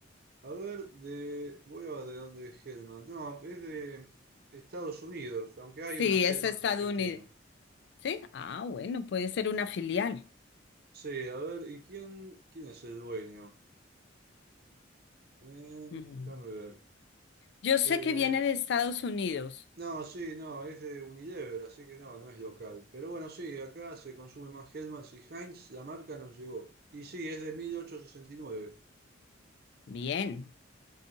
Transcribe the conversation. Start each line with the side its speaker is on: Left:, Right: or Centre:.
Right: A ver, de. Voy a ver de dónde es Hellman. No, es de Estados Unidos, aunque hay
Left: Sí,
Right: una Hellmann's
Left: es estadounidense.
Right: argentina.
Left: Sí, ah, bueno, puede ser una filial.
Right: Sí, a ver, ¿y quién, quién es el dueño? Em,
Left: Mm.
Right: déjame ver.
Left: Yo sé
Right: Eh,
Left: que viene de Estados Unidos.
Right: no, sí, no, es de Unilever, así que no, no es local. Pero bueno, sí, acá se consume más Hellmann's y Heinz, la marca nos llegó. Y sí, es de 1869.
Left: Bien.